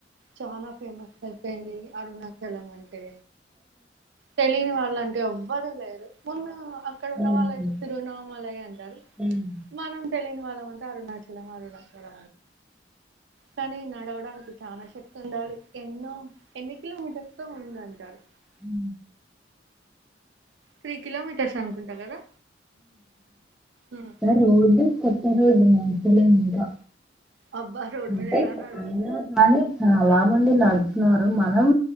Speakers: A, on the right; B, in the centre.
A: చాలా ఫేమస్ అయిపోయింది అరుణాచలం అంట స తెలిని వా అలాంటి ఎవ్వరు లేరు మున్న అక్కడ
B: హ్మ్.
A: ఉన్న వాళ్ళు అయితే తిరునామల అయ అంటారు
B: హ్మ్.
A: మనం తెలియని ళ్ళ వా అరుణాచలం అరుగుల అ కానీ నడవడానికి చాలా శక్తి ఉండాలి ఎన్నో ఎన్ని కిలోమీటర్స్ తో ఉందంటారు
B: హ
A: త్రీ కిలోమీటర్ సను కుంటా కదా ఉమ్.
B: రదు కొ పర్వదు మంచిసలే నింకా
A: అబ్బా రోడ్డు
B: అంత
A: మీద ఎలా నడు
B: అ కానీ చాలా మంది నడుతున్నారు మనం